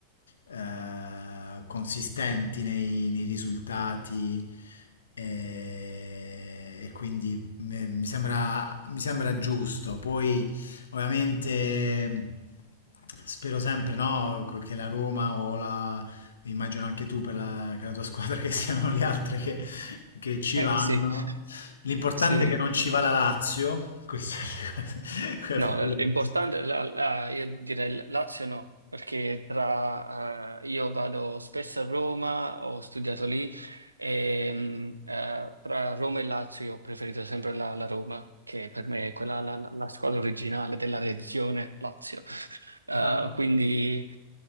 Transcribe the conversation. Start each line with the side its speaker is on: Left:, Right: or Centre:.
Left: eh, consistenti nei nei risultati e, e quindi Me- Mi sembra, mi sembra giusto, poi ovviamente spero sempre no, che la Roma o la, immagino anche tu per la, che la tua squadra che siano le altre che, che ci
Right: Eh,
Left: vanno.
Right: sì,
Left: L'importante
Right: sì.
Left: è che non ci va la Lazio, questo è <laughs>
Right: No,
Left: quello
Right: l- l'importante,
Left: che...
Right: la- la- io direi l- Lazio no, perché tra, eh, io vado spesso a Roma, ho studiato lì, e, mm, eh, tra Roma e Lazio io ho preferito sempre la, la Roma, che per me è quella, la, la- la squadra originale della regione Lazio. Eh,
Left: Ah.
Right: quindi